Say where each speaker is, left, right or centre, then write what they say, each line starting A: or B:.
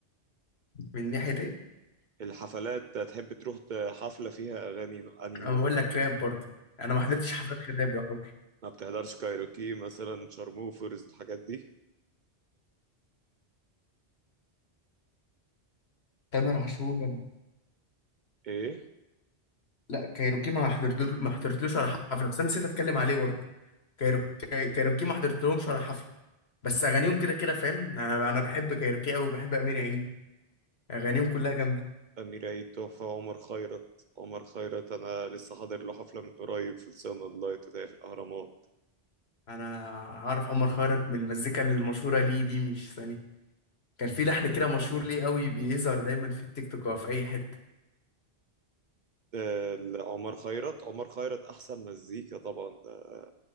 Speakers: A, on the left; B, on the right.
A: من ناحيه ايه
B: الحفلات تحب تروح ت- حفلة فيها أغاني نوع- أنهي
A: انا
B: نوع
A: بقول لك راب برضه انا ما حضرتش حفلات غير راب يعتبر
B: ما بتحضرش كايروكي مثلا شارموفرز الحاجات دي
A: تامر عاشور
B: ايه
A: لا كايروكي ما حضرتلوش ما حضرتلوش ولا حفله بس انا نسيت اتكلم عليه برضه كايرو... كاي- كايروكي ما حضرتلهمش ولا حفله بس اغانيهم كده كده فاهم انا أنا بحب كايروكي قوي بحب امير عيد اغانيهم كلها جامده
B: أمير عيد تحفة عمر خيرت عمر خيرت أنا لسه حاضر له حفلة من قريب في الصيانة اللايت ده في الأهرامات
A: انا عارف عمر خيرت من المزيكا المشهوره ليه دي مش ثاني كان في لحن كده مشهور ليه قوي بيظهر دايما في التيك توك او في اي حته
B: آه، عمر خيرت عمر خيرت احسن مزيكا طبعا ده